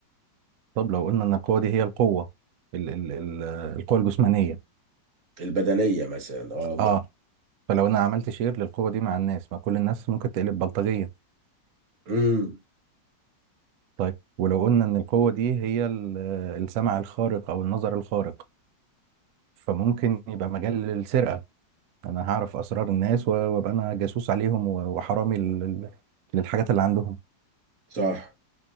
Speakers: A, on the right; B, on the right.
A: طب لو قلنا ان القوة دي هي القوة ال ال ال القوة الجسمانية
B: البدنية مثلا اه ممكن
A: اه فلو انا عملت شير للقوة دي مع الناس ما كل الناس ممكن تقلب بلطجية
B: امم
A: طيب ولو قلنا ان القوة دي هي ال- السمع الخارق او النظر الخارق فممكن يبقى مجال للسرقة انا هعرف اسرار الناس و- وابقى انا جاسوس عليهم و- وحرامي لل- لل- للحاجات اللي عندهم
B: صح